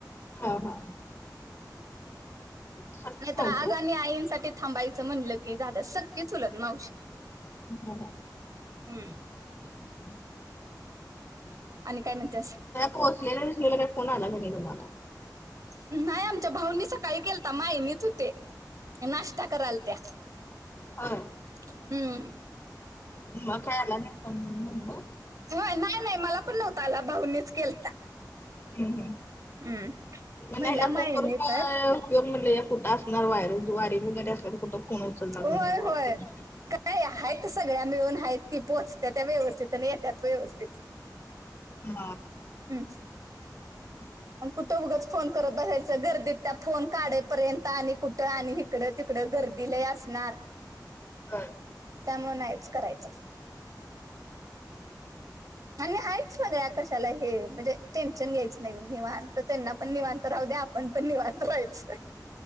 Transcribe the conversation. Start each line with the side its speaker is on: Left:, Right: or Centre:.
Left: हा हा. सख्खी
Right: नाही तर
Left: मावशी
Right: आज आणि आईंसाठी थांबायचं म्हणलं की झालं सक्की चुलत मावशी
Left: हा हा.
Right: हम्म.
Left: <inaudible>
Right: आणि काय म्हणतेस?
Left: पोचलेला दिसलेला काय फोन आला क नाही तुम्हाला?
Right: नाही आमच्या भाऊनी सकाळी केलता माईनीच होते नाष्टा कराल त्या.
Left: हा
Right: हम्म
Left: म काय आला नाही फोन म्हणलं.
Right: ह नाही नाही मला पण नव्हतं आला भाऊंनीच केलता.
Left: हम्म हम्म
Right: हम्म
Left: मला
Right: म्हणलं
Left: वाटलं
Right: मायने
Left: फोन करू काय?
Right: तर
Left: किं म्हणलं या कुठं असणार वायर वारी वगैरे असणार कुठं. फोन उचलणार म्हणलं
Right: होय
Left: राहू
Right: होय.
Left: दे.
Right: नाय आहेत सगळ्या मिळून आहेत की पोहोचत त्या व्यवस्थित आणि येत्यात व्यवस्थित.
Left: हा
Right: हम्म. अ कुठं उगच फोन करत बसायचा गर्दीत त्या फोन काढे पर्यंत आणि कुठं आणि इकडं तिकडं गर्दी लय असणार.
Left: हां
Right: त्यामुळे नायच करायचं. आणि हायच सगळ्या कशाला हे म्हणजे टेन्शन घ्यायचा नाही निवांत त्यांना पणनिवांत राहू द्या आपण पण निवांत व्हायचा.